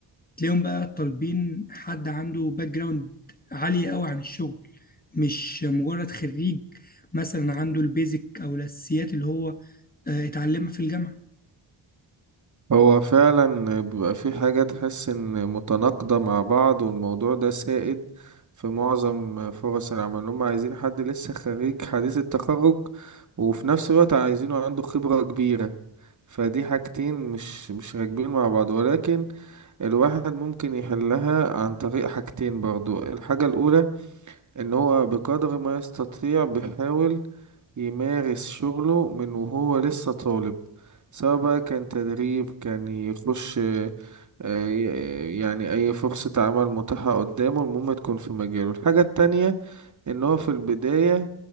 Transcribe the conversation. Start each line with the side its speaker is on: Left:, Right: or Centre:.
Left: تلاقيهم بقى طالبين حد عنده باك جراوند عالية قوي عن الشغل مش مجرد خريج مثلا عنده البيزك او الاساسيات اللي هو آه، اتعلمها في الجامعة
Right: هو فعلا بيبقى في حاجة تحس ان متناقضة مع بعض والموضوع ده سائد في معظم فرص العمل هم عايزين حد لسه خريج حديث التخرج وفي نفس الوقت عايزينه عنده خبرة كبيرة فدي حاجتين مش مش راكبين مع بعض ولكن الواحد ممكن يحلها عن طريق حاجتين برضو الحاجة الأولى ان هو بقدر ما يستطيع بيحاول يمارس شغله من وهو لسه طالب سواء بقى كان تدريب كان يخش آه، آه، يعني أي فرصة عمل متاحة قدامه المهم تكون في مجاله الحاجة التانية ان هو في البداية